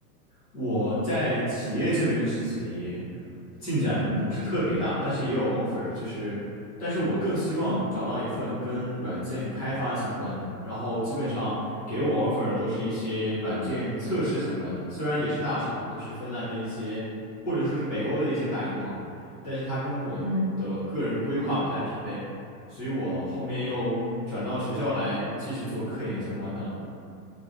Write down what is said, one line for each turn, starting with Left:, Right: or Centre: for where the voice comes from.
Centre: 我在企业这边的实习进展不是特别大，
Right: 嗯
Centre: 但是也有 offer，就是，但是我更希望找到一份跟软件开发相关的，
Right: 嗯
Centre: 然后基本上给我 offer 的都是一些软件测试相关的，虽然也是大厂，都是芬兰的一些或者说是北欧的一些大银行，但是它跟我的个人规划不太匹配，
Right: 嗯
Centre: 所以我后面又转到学校来继续做科研相关的了。